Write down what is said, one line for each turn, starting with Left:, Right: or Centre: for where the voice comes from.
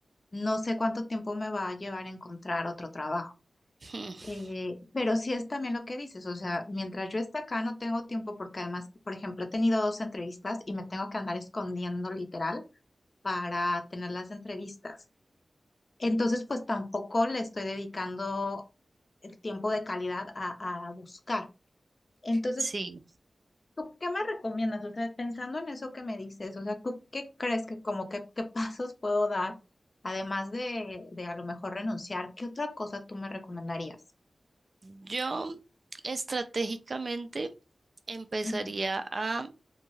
Left: no sé cuánto tiempo me va a llevar encontrar otro trabajo.
Right: <laughs> Hmm.
Left: Eh, pero sí es también lo que dices, o sea, mientras yo esté acá no tengo tiempo porque además, por ejemplo, he tenido dos entrevistas y me tengo que andar escondiendo literal para tener las entrevistas. Entonces, pues tampoco le estoy dedicando el tiempo de calidad a, a buscar. Entonces,
Right: Sí,
Left: ¿tú qué me recomiendas? O sea, pensando en eso que me dices, o sea, ¿tú qué crees que como que qué <laughs> pasos puedo dar, además de, de a lo mejor renunciar? ¿Qué otra cosa tú me recomendarías?
Right: yo estratégicamente empezaría
Left: Ujú,
Right: a